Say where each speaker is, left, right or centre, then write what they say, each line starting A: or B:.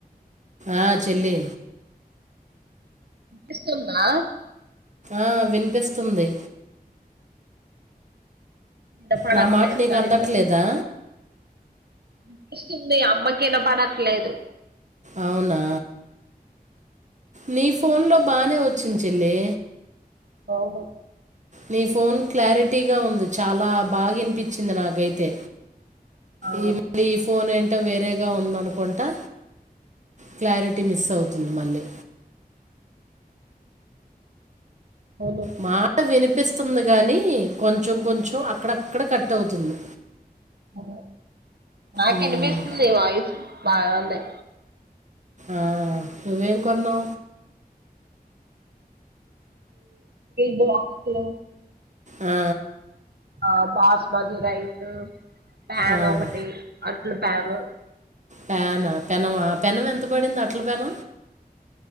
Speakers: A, on the right; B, on the right.
A: ఆ చెల్లి
B: ఇష్టందా
A: ఆ వినిపిస్తుంది
B: ఇద పడకలే
A: నా మాట నీకు
B: సార్గా
A: అందట్లేదా
B: అపిస్తుంది అమ్మకినా పడట్లేదు
A: అవునా నీ ఫోన్లో బానే వచ్చిన చెల్లి
B: అవును
A: నీ ఫోన్ క్లారిటీగా ఉంది చాలా బాగానిపించింది నాకైతే
B: ఆ
A: ఈ మళ్ళ ఈ ఫోన్ అంట వేరేగా ఉందనుకుంటా క్లారిటీ మిస్ అవుతుంది మళ్ళీ
B: అవును
A: మాడ వినిపి కనిపిస్తుంది గాని కొంచెం కొంచెం అక్కడక్కడ కట్ అవుతుంది
B: అద నాకు
A: ఉమ్,
B: వినిపిస్తుంది వాయిస్ బాగాంది
A: ఆ ఇవేం కొన్నో
B: బాక్స లో
A: ఆ
B: ఆ బాస్మతి రైస్ ప్యాన్
A: ఆ.
B: ఒకటి అట్ల ప్యాన్
A: పెనా పెనమా పెనం ఎంత పడింది అట్ల పెన